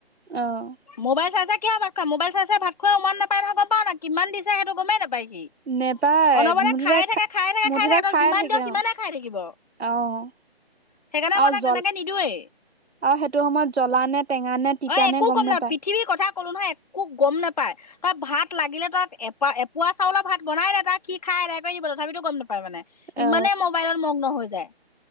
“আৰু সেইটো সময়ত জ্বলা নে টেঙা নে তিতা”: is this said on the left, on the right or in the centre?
Right